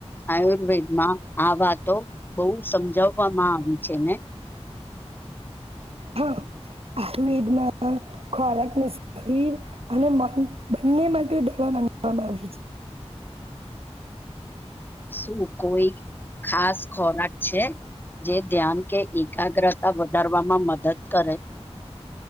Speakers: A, on the left; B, on the right.
A: આયુર્વેદ માં આ વાતો બહુ સમજાવવામાં આવે છેને
B: હા આયુર્વેદ માં ખોરાકને શરીર અને મન બંને માટે દવા માનવામાં આવે છે
A: <inaudible> શું કોઈ ખાસ ખોરાક છે જે ધ્યાન કે એકાગ્રતા વધારવામાં મદદ કરે